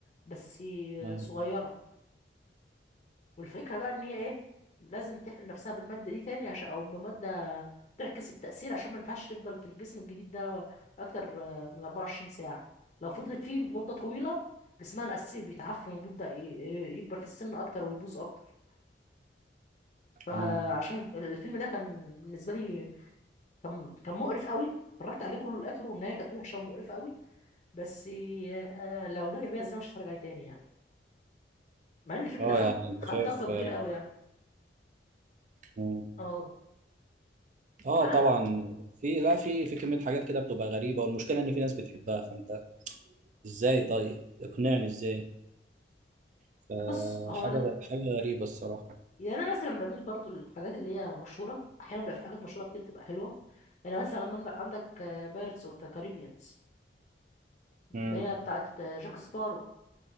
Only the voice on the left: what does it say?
بس
صغيرة والفكرة بقى ان هي ايه لازم تحقن نفسها بالمادة دي تاني عشان او مادة تعكس التأثير عشان ما ينفعش تفضل في الجسم الجديد ده اكتر آه، من 24 ساعة لو فضلت فيه مدة طويلة جسمها الأساسي بيتعفن وبيبدأ ي- ي- يكبر في السن اكتر ويبوظ اكتر فعشان
الفيلم ده كان بالنسبة لي كان كان مقرف قوي اتفرجت عليه كله للآخر والنهاية كانت وحشة ومقرفة قوي بس آه، لو رجع بيها ازاي مش هتفرج عليه تاني يعني مع ان الفيلم
ده خد
خد
ضجة كبيرة قوي يعني
اه
فانا
بص هو
يعني انا مثلا بميل برضو للحاجات اللي هي مشهوره احيانا بيبقى في حاجات مشهوره كتير تبقى حلوه يعني مثلا لما عند- عندك بايرتس اوف ذا كاريبيانز اللي
هي بتاعت آه، جاك سبارو